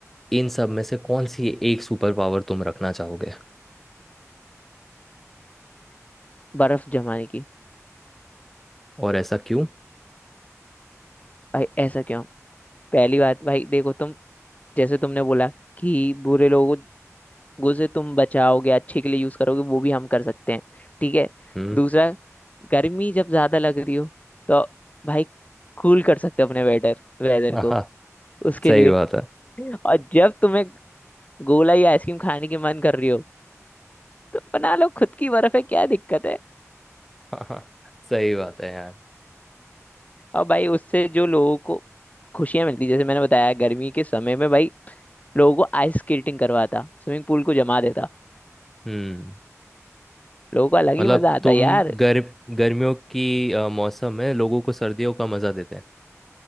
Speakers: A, in the centre; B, on the left.
A: इन सब में से कौन सी एक सुपर पावर तुम रखना चाहोगे
B: बर्फ जमाने की
A: और ऐसा क्यों
B: भाई ऐसा क्यों पहली बात भाई देखो तुम जैसे तुमने बोला कि बुरे लोगों को से तुम बचाओगे अच्छे के लिए यूज करोगे वो भी हम कर सकते हैं ठीक है
A: हम्म
B: दूसरा गर्मी जब ज्यादा लग रही हो तो भाई कूल कर सकते हो अपने वेदर वेदर
A: आहा
B: को उसके
A: सही
B: लिए
A: बात है
B: और जब तुम्हें गोला या आइसक्रीम खाने की मन कर रही हो तो बना लो खुद की बर्फ है क्या दिक्कत है
A: आहा सही बात है यार
B: अब भाई उससे जो लोगों को खुशियां मिलती जैसे मैंने बताया गर्मी के समय में भाई लोगों को आइस स्केटिंग करवाता स्विमिंग पूल को जमा देता
A: हम्म
B: लोगों को अलग ही
A: मतलब
B: मजा आता
A: तुम
B: यार
A: गर गर्मियों की अ, मौसम में लोगों को सर्दियों का मजा देते हैं